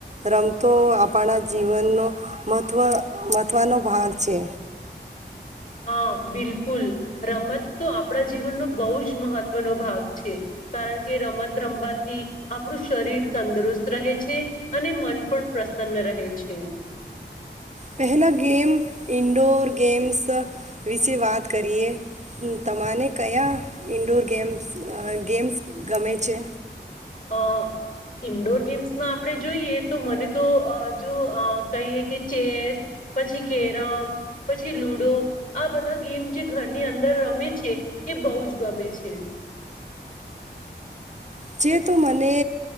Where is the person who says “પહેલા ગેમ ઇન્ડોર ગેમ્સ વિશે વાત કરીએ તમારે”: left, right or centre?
Right